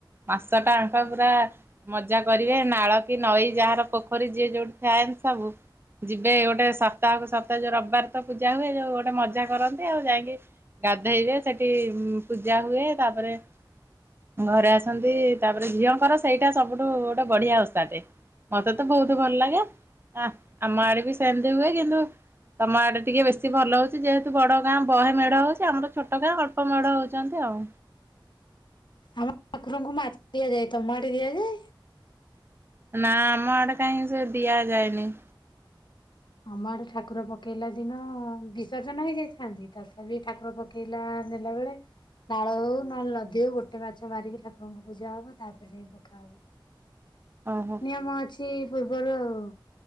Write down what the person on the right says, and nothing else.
ମାସ ଆଙ୍କ ପୁରା ମଜା କରିବେ ନାଳ କି ନଈ ଯାହାର ପୋଖରୀ ଯିଏ ଯୋଉଠି ଥାଆନ୍ତି ସବୁ ଯିବେ ଗୋଟେ ସପ୍ତାହକୁ ସପ୍ତାହ ଯୋଉ ରବିବାର ତ ପୂଜା ହୁଏ ଯୋଉ ଗୋଟେ ମଜା କରନ୍ତି ଆଉ ଯାଇକି ଗାଧେଇବେ ସେଠି ପୂଜା ହୁଏ ତାପରେ ଘରେ ଆସନ୍ତି ତାପରେ ଝିଅଙ୍କର ସେଇଟା ସବୁଠୁ ଗୋଟେ ବଢିଆ ଓଷା ଟେ। ମତେ ତ ବହୁତ ଭଲ ଲାଗେ ଆମ ଆଡେ ବି ସେମିତି ହୁଏ କିନ୍ତୁ ତମ ଆଡେ ଟିକେ ବେଶୀ ଭଲ ହଉଛି ଯେହେତୁ ବଡ଼ ଗାଁ ବହେ ମେଢ ହଉଛି ଆମର ଛୋଟ ଗାଁ ଅଳ୍ପ ମେଢ ହଉଛନ୍ତି ଆଉ।
ନା ଆମ ଆଡେ କାହିଁ ସେ ଦିଆଯାଏନି।
ଓହୋ।